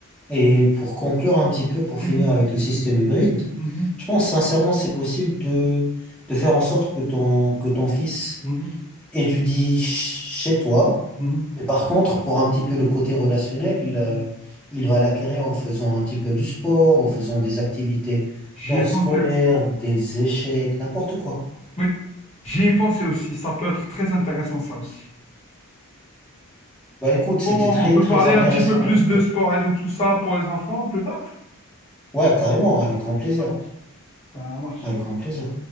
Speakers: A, in the centre; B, on the left.
A: Et pour conclure un petit peu, pour
B: Mhm,
A: finir avec le système hybride,
B: mhm,
A: je pense sincèrement c'est possible de, de faire en sorte que ton, que ton fils
B: mhm,
A: étudie ch- chez toi.
B: mhm,
A: Et par contre, pour un petit peu le côté relationnel, euh,
B: mhm.
A: il va l'acquérir en faisant un petit peu du sport, en faisant des activités
B: J'y
A: hors
B: ai pensé
A: scolaires,
B: aussi.
A: des échecs, n'importe quoi.
B: Oui, j'y ai pensé aussi. Ça peut être très intéressant, ça aussi.
A: Bah écoute, c'était
B: Bon,
A: très
B: on peut
A: très
B: parler
A: intéressant.
B: un petit peu plus de sport et de tout ça pour les enfants plus tard.
A: Ouais, carrément, avec grand plaisir.
B: Ça marche. Ça marche.
A: Avec grand plaisir.